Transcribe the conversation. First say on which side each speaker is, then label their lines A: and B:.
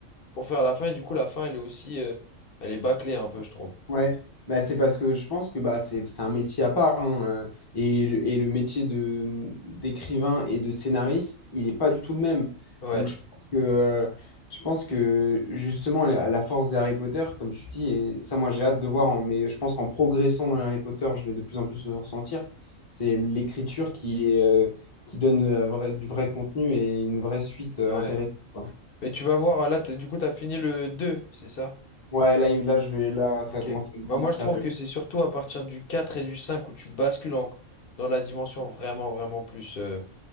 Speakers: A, on the left; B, on the left.
A: pour faire la fin, et du coup, la fin, elle est aussi, euh, elle est bâclée un peu, je trouve.
B: Ouais, bah, c'est parce que je pense que bah, c'est c'est un métier à part. hein, euh, Et, le- et le métier de d'écrivain et de scénariste, il n'est pas du tout le même.
A: Ouais,
B: Donc je pense que, euh, je pense que justement, la, la force d'Harry Potter, comme tu dis, et ça moi j'ai hâte de voir, hein, mais je pense qu'en progressant dans Harry Potter, je vais de plus en plus le ressentir, c'est l'écriture qui, est, euh, qui donne de la vraie- du vrai contenu et une vraie suite euh,
A: ouais.
B: intéressante. quoi.
A: Mais tu vas voir, là, t'as- du coup, tu as fini le 2 c'est ça?
B: Ouais, là, il- là, je vais, là, ça
A: Ok.
B: commence à être
A: Bah,
B: vraiment
A: moi,
B: sérieux.
A: je trouve que c'est surtout à partir du 4 et du 5 où tu bascules en- dans la dimension vraiment, vraiment plus, euh,